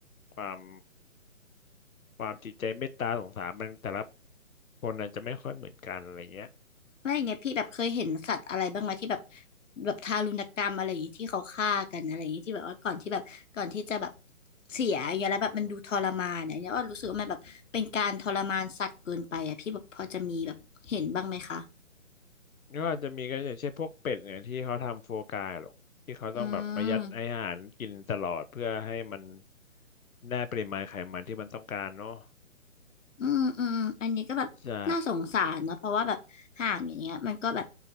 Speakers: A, on the left; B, on the left.
A: ความความจิตใจเมตตาสงสารมันแต่ละคนน่ะจะไม่ค่อยเหมือนกันอะไรเงี้ย
B: แล้วอย่างเงี้ยพี่แบบเคยเห็นสัตว์อะไรบ้างไหมที่แบบแบบทารุณกรรมอะไรอย่างงี้ที่เขาฆ่ากันอะไรอย่างงี้ที่แบบว่าก่อนที่แบบก่อนที่จะแบบเสียอย่างเงี้ยแล้วแบบมันดูทรมานเนี่ยเนี่ยอ้อรู้สึกว่ามันแบบเป็นการทรมานสัตว์เกินไปอ่ะพี่แบบพอจะมีแบบเห็นบ้างไหมคะ
A: อืมก็อาจจะมีก็อย่างเช่นพวกเป็ดเนี่ยที่เขาทำโฟกาหรอกที่เขาต้องแบบประหยัดอาหารกินตลอดเพื่อให้มัน
B: อืม
A: ได้ปริมาณไขมันที่มันต้องการเนาะ
B: อืมอืมอันนี้ก็แบบน่าสงสารเนอะเพราะว่าแบบห่างอย่างเงี้ยมันก็แบบ
A: ใช่